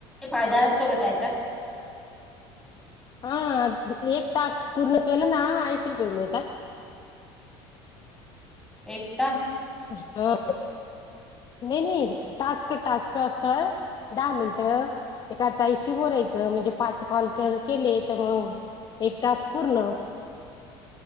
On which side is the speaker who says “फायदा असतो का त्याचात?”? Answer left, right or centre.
Centre